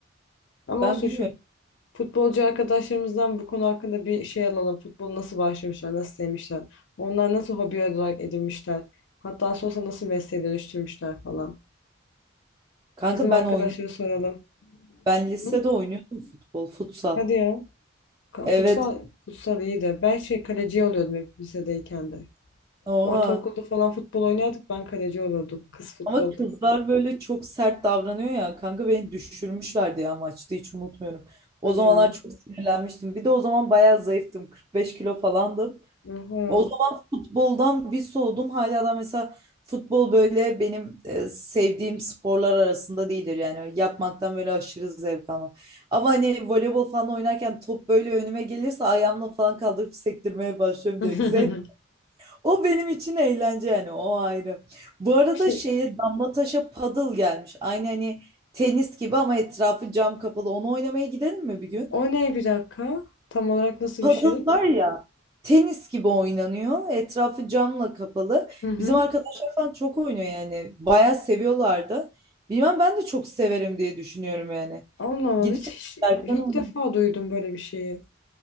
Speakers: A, on the left; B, on the right.
A: Ama
B: ben
A: olsun
B: bilmiyorum.
A: şu Futbolcu arkadaşlarımızdan bu konu hakkında bir şey alalım. Futbolu nasıl başlamışlar, nasıl sevmişler? Onlar nasıl hobi olarak edinmişler? Hatta sonrasında nasıl mesleğe dönüştürmüşler falan.
B: Kanka
A: Bizim
B: ben
A: arkadaşlara
B: oynuyordum,
A: soralım.
B: Ben lisede
A: Hı?
B: oynuyordum futbol, futsal.
A: Hadi ya. Ka-
B: Evet.
A: Futsal, futsal iyi de. Ben şey kaleci oluyordum hep lisedeyken de.
B: Oha.
A: Ortaokulda falan futbol oynardık. Ben kaleci olurdum. Kız futbol
B: Ama kızlar
A: takımı.
B: böyle çok sert davranıyor ya. Kanka beni düşürmüşlerdi ya maçta hiç unutmuyorum.
A: Hadi
B: O zamanlar
A: ya.
B: çok sinirlenmiştim. Bir de o zaman bayağı zayıftım. 45 kilo falandım.
A: Oha.
B: O zaman futboldan bir soğudum. Hala da mesela futbol böyle benim e, sevdiğim sporlar arasında değildir. Yani yapmaktan böyle aşırı zevk almam. Ama hani voleybol falan oynarken top böyle önüme gelirse ayağımla falan kaldırıp sektirmeye başlıyorum
A: <laughs>
B: direkt. Zevk. O benim için eğlence yani o ayrı. Bu arada
A: Şey,
B: şeye damla taşa paddle gelmiş. Aynı hani tenis gibi ama etrafı cam kapalı. Onu oynamaya gidelim mi bir gün?
A: o ne bir dakika? Tam olarak nasıl
B: Padel
A: bir şey?
B: var ya tenis gibi oynanıyor. Etrafı camla kapalı.
A: Hı hı.
B: Bizim arkadaşlar falan çok oynuyor yani. Bayağı seviyorlar da. Bilmem ben de çok severim diye düşünüyorum yani.
A: Allah Allah
B: Gidelim
A: hiç, hiç-
B: istersen
A: ilk
B: oynayalım.
A: defa duydum böyle bir şeyi.